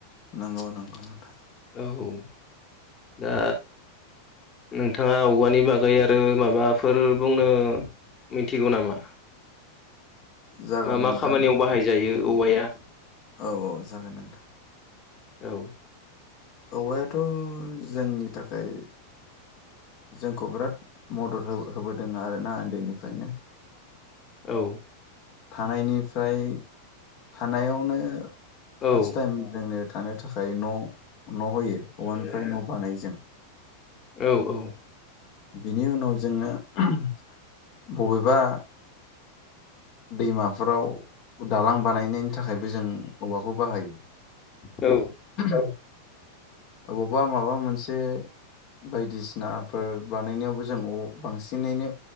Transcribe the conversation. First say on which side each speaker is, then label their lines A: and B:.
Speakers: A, on the left (about 40°); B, on the left (about 25°).
A: नंगौ नंगौ नंगौ।
B: औ दा नोंथांआ औवानि बागै आरो माबाफोर बुंनो मिथिगौ नामा
A: जागोन
B: मा मा
A: नोंथां
B: खामानिआव बाहाय‌ जायो औवाया
A: औ औ जागोन नोंथां
B: औ
A: औवायाथ' जोंनि थाखाय जोंखौ बिराद मदद हो होबोदों आरोना उन्दैनिफ्रायनो
B: औ
A: थानायनिफ्राय थानायावनो
B: औ
A: फार्स्ट थाइम जोंनो थानो थाखाय न' न' होयो औवानिफ्राय न' बानायो जों
B: औ औ
A: बिनि उनाव जोङो ओम बबेबा दैमाफोराव दालां बानायनायनि थाखायबो जों औवाखौ बाहायो
B: औ
A: औ अबावबा माबा मोनसे बायदिसिनाफोर बानायनायावबो जों औ बांसिनैनो